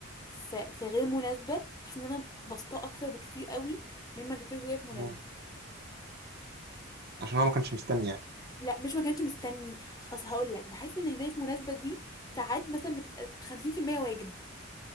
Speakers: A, on the left; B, on the right.
A: ف... في غير مناسبه بحس ان انا بسطاه اكتر بكتير قوي من ما جبت له هديه في مناسبه
B: مم. عشان هو ما كانش مستني يعني
A: لا مش ما كانش مستني اصل هقول لك بحس ان هديه في مناسبه دي ساعات مثلا بتبقى 50% واجب